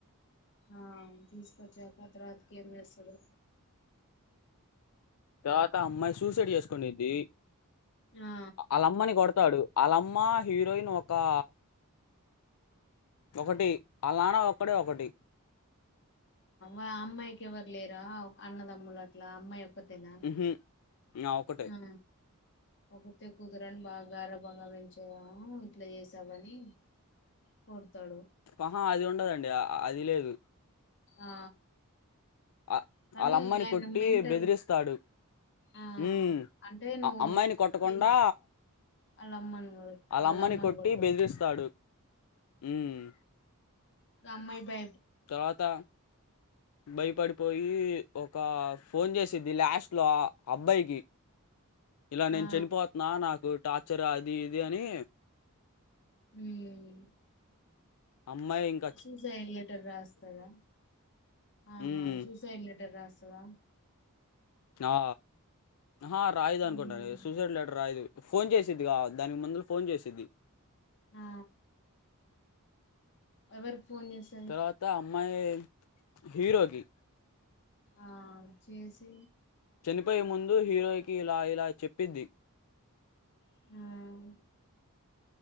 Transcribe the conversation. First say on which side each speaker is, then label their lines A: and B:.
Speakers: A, on the left (about 55°); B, on the left (about 80°).
A: ఆ తీసుకొచ్చాక ఆ తర్వాతికి ఏం చేస్తడు
B: తర్వాత ఆ అమ్మాయి సూసైడ్ చేసుకోంది
A: ఆ
B: వాళ్ళ అమ్మాయిని కొడత <unintelligible> అలమ్మ హీరోయిన్ ఒకా ఒకటి ఆళ్ల నాన్న ఒక్కడే ఒకటి
A: ఆ అమ్మాయికి ఎవరు లేర అన్నదమ్ములు అట్ల అమ్మాయి ఒక్క తిన
B: న ఒక
A: ఆ ఒకతే కుతరని బాగా గర్భంగా పెంచము ఇట్లా చేసావని కొడతాడు
B: ఆహా అది ఉండదండి అది లేదు
A: ఆ
B: ఆ-
A: కానీ
B: వాళ్ళ అమ్మని
A: ఇంగ ఆయనకు
B: కొట్టి
A: మెంటలు
B: బెదిరిస్తాడు
A: ఆ
B: ఉమ్
A: అంటే నువ్వు
B: ఆ అమ్మాయిని కొట్టకుండా
A: తేని వాళ్ళ అమ్మను
B: ఆళ్ళ
A: వాళ్ళ
B: అమ్మని
A: అమ్మను
B: కొట్టి
A: కొడతది
B: బెదిరిస్తాడు హ్మ్
A: అమ్మయి బా
B: తాత భయపడిపోయి ఒక ఫోన్ చేసిది లాస్ట్ లో ఆ అబ్బాయికి ఇలా నేను
A: ఆ
B: చనిపోతున్నా నాకు టార్చర్ అది ఇది అని
A: మ్
B: అమ్మాయి ఇంక్
A: సూసైడ్ లెటర్ రాస్తదా ఆహా
B: హ్మ్
A: సూసైడ్ లెటర్ రాస్తదా
B: ఆ ఆహా రాయదు అనుకుంటను
A: ఉమ్
B: సూసైడ్ లెటర్ రాయదు ఫోన్ చేసిద్దిగా దానికి ముందుల ఫోన్ చేసిద్ది
A: ఆ ఎవరికి ఫోన్ చేసి
B: తర్వాత అమ్మాయి హీరోకి
A: ఆ చేసి
B: చనిపోయే ముందు హీరోయకి ఇలా ఇలా చెప్పిద్ది
A: మ్